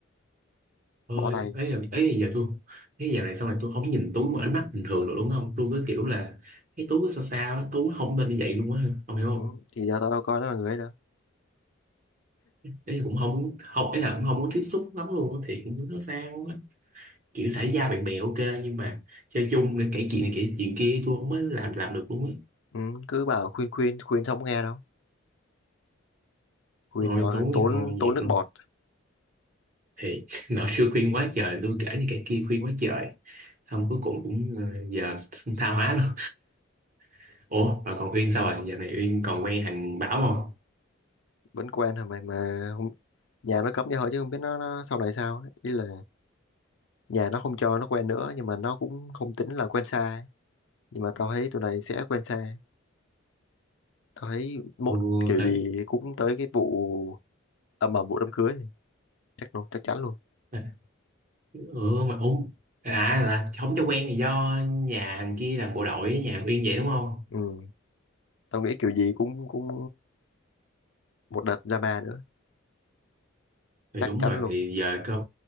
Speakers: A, on the right; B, on the left.
A: ơi
B: bỏ tay
A: ấy là- ấy là giờ tôi cái giờ này sau này tôi không nhìn Tú một ánh mắt bình thường được đúng không? Tôi cứ kiểu là cái Tú cứ sao sao á, Tú không nên như vậy luôn á, không hiểu không?
B: ừ. thì giờ tao đâu coi nó là người ấy đâu
A: Ý là cũng không muốn không ấy là cũng không muốn tiếp xúc lắm luôn á, thì cũng nó sao á. kiểu xã giao bạn bè ok nhưng mà chơi chung để kể chuyện này kể chuyện kia tôi không mới làm làm được luôn á
B: Ừ, cứ bảo khuyên khuyên khuyên không có nghe đâu khuyên
A: thôi
B: nói
A: tối
B: tốn
A: thì thôi
B: tốn
A: dẹp
B: nước
A: luôn
B: bọt
A: thì <laughs> nợ xưa khuyên quá trời tôi kể này kể kia khuyên quá trời xong cuối cùng cũng ờ, giờ <laughs> tha hóa luôn <laughs> ủa mà còn Uyên sao rồi giờ này Uyên còn quen thằng Bảo không
B: vẫn quen hả mày mà không, nhà nó cấm như hỏi chứ không biết nó, nó sau này sao ấy. ý là nhà nó không cho nó quen nữa nhưng mà nó cũng không tính là quen xa ấy. nhưng mà tao thấy tụi này sẽ quen xa tao thấy mốt
A: Ừ,
B: kiểu
A: tại,
B: gì cũng tới cái vụ ầm ầm vụ đám cưới này. chắc luôn chắc chắn luôn
A: tại ừ mà úng à là không cho quen là do nhà thằng kia làm bộ đội với nhà thằng Uyên vậy đúng không
B: ừ, tao nghĩ kiểu gì cũng cũng một đợt drama nữa
A: thì
B: chắc
A: đúng
B: chắn
A: rồi
B: luôn
A: thì giờ cơ